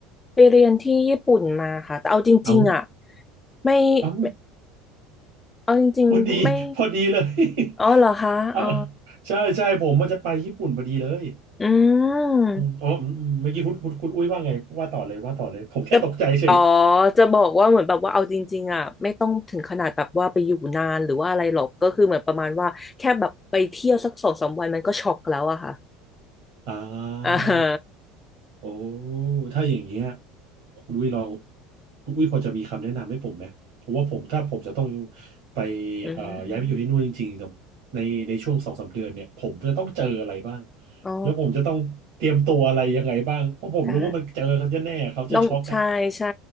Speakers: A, on the left; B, on the right.
A: ไปเรียนที่ญี่ปุ่นมาค่ะแต่เอาจริงๆอ่ะ
B: เอ้า
A: ไม่ไม่
B: เอ้า
A: เอาจริงๆไม่
B: พอดีพอดีเลย <laughs>
A: อ๋อเหรอคะอ๋อ
B: อ่ะใช่ใช่ผมมันจะไปญี่ปุ่นพอดีเลย
A: อืม
B: อืมอ๋ออืมอืมเมื่อกี้คุณคุณคุณอุ้ยว่าไงว่าต่อเลยว่าต่อเลยผมแค่ตกใจเฉย
A: จะอ๋อจะบอกว่าเหมือนแบบว่าเอาจริงๆอ่ะไม่ต้องถึงขนาดแบบว่าไปอยู่นานหรือว่าอะไรหรอกก็คือเหมือนประมาณว่าแค่แบบไปเที่ยวสักสองสามวันมันก็ช็อกแล้วอะค่ะ
B: อ่า
A: อ่าฮะ
B: โอ้ถ้าอย่างเงี้ยคุณวิลองคุณวิพอจะมีคำแนะนำให้ผมไหมเพราะว่าผมถ้าผมจะต้องไป
A: อืม
B: เอ่อย้ายไปอยู่ที่นู่นจริงๆในในช่วงสองสามเดือนเนี่ยผมจะต้องเจออะไรบ้าง
A: อ๋อ
B: แล้วผมจะต้องเตรียมตัวอะไรยังไงบ้างเพราะผมรู้ว่ามันเจอเขาจะแน่ๆเขาจะช็อกอ่ะ
A: ได้ ต้องใช่ใช่